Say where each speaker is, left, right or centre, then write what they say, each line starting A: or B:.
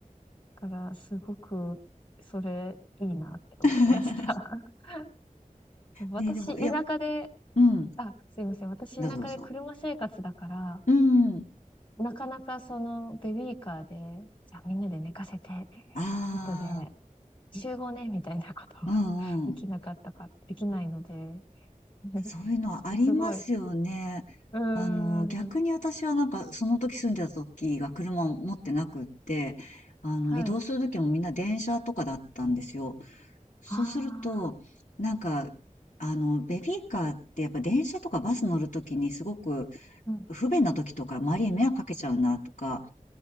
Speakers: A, on the left; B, on the left.
A: から、すごく、それ、いいなって思いました。
B: <laughs>
A: <laughs> 私、
B: ね、でも、いや、
A: 田舎で、
B: うん。
A: あ、すいません。私、
B: どうぞどうぞ。
A: 田舎で車生活だから、
B: うんうん。
A: なかなかその、ベビーカーで、じゃあみんなで寝かせて、
B: あ
A: 後で集合ね、みたいなことは
B: あ、うんうん。
A: <laughs> できなかったか、できないので、<laughs>
B: そういうのはありますよね。
A: すごい。うーん。
B: あの、逆に私はなんか、その時住んでた時が車を持ってなくって、あの、
A: はい。
B: 移動する時もみんな電車とかだったんですよ。そうすると、
A: ああ。
B: なんか、あの、ベビーカーってやっぱ電車とかバス乗る時にすごく
A: うん、
B: 不便な時とか、周りに迷惑かけちゃうなとか、